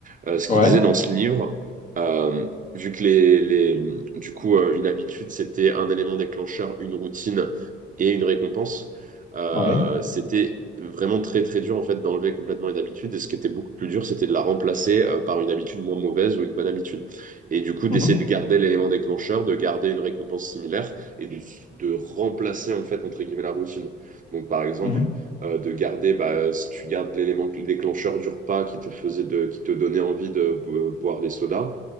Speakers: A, on the right (about 40°); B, on the left (about 40°).
A: Euh, ce
B: ouais,
A: qu'il disait dans ce livre, euh, vu que les, les, du coup, euh, une habitude, c'était un élément déclencheur, une routine et une récompense, euh,
B: ouais.
A: c'était vraiment très, très dur, en fait, d'enlever complètement une habitude. Et ce qui était beaucoup plus dur, c'était de la remplacer, euh, par une habitude moins mauvaise ou une bonne habitude. Et du coup, d'essayer
B: mhm,
A: de garder l'élément déclencheur, de garder une récompense similaire et de, de remplacer, en fait, entre guillemets, la routine. Donc, par exemple,
B: mhm,
A: euh, de garder, bah, si tu gardes l'élément déclencheur du repas qui te faisait de, qui te donnait envie de bo- boire des sodas,